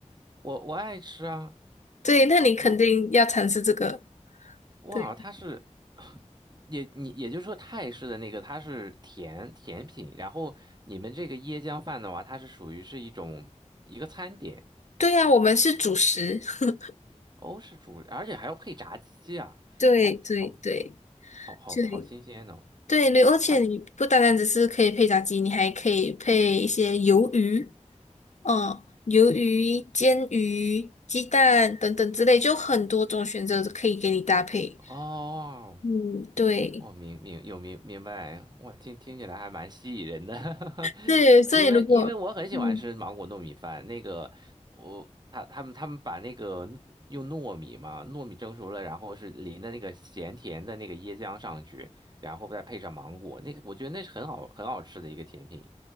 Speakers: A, on the right; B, on the left.
A: 我我爱吃啊，
B: 对，那你肯定要尝试这个。
A: 我哇，
B: 对，
A: 它是 <sighs> 也你也就是说泰式的那个它是甜甜品，然后你们这个椰浆饭的话，它是属于是一种一个餐点
B: 对呀，我们是主食。<laughs>
A: 欧式主，而且还要配炸鸡啊，
B: 对对对
A: 好好好好好新鲜哦，
B: 对对对，而且你不单单只是可以配炸鸡，
A: 它
B: 你还可以配一些鱿鱼，嗯，鱿鱼、煎鱼、鸡蛋等等之类，就很多种选择可以给你搭配。
A: 哦。
B: 嗯，对。
A: 我明明有明明白，我听听起来还蛮吸引人的，<laughs>
B: 对，所以如果，
A: 因为因为我很喜欢吃芒果糯米饭，
B: 嗯，
A: 那个我他他们他们把那个用糯米嘛，糯米蒸熟了，然后是淋的那个咸甜的那个椰浆上去，然后再配上芒果，那个我觉得那是很好很好吃的一个甜品，